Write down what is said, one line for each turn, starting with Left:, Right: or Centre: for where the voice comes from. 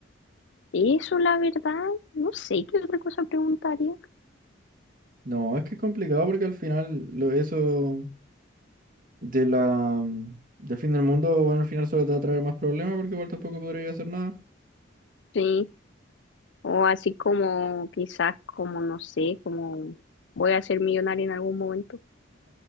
Left: eso, la verdad, no sé qué otra cosa preguntaría.
Right: No, es que es complicado porque al final lo, eso de la, del fin del mundo, bueno, al final solo te va a traer más problemas porque igual tampoco podría hacer nada.
Left: Sí, o así como quizás, como no sé, como voy a ser millonaria en algún momento.